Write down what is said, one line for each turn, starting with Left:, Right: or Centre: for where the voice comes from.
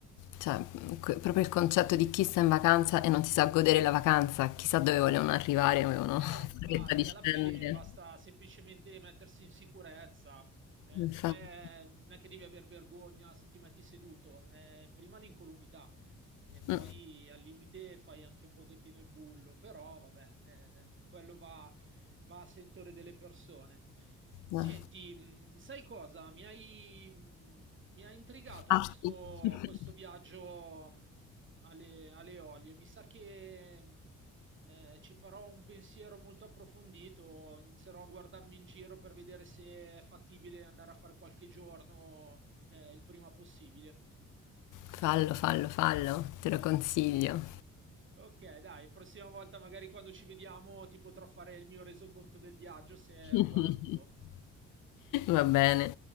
Left: Cioè, que- proprio il concetto di chi sta in vacanza e non si sa godere la vacanza, chissà dove volevano arrivare, avevano
Right: Eh,
Left: <laughs> fretta
Right: infatti,
Left: di scendere.
Right: alla fine basta semplicemente mettersi in sicurezza, eh,
Left: Infatti.
Right: non è, non è che devi aver vergogna se ti metti seduto, eh, prima l'incolumità e poi
Left: Mm,
Right: al limite fai anche un pochettino il bullo, però vabbè, eh, quello va, va a sentore delle persone. Senti,
Left: eh.
Right: mh, sai cosa? Mi hai, mh, mi ha intrigato
Left: Parti.
Right: questo,
Left: <laughs>
Right: questo viaggio mh, alle, alle Eolie, mi sa che eh, ci farò un pensiero molto approfondito, inizierò a guardarmi in giro per vedere se è fattibile andare a fare qualche giorno, eh, il prima possibile.
Left: Fallo, fallo, fallo, te lo consiglio.
Right: Ok, dai, prossima volta magari quando ci vediamo ti potrò fare il mio resoconto del viaggio se è
Left: <laughs>
Right: uguale al tuo.
Left: Va bene.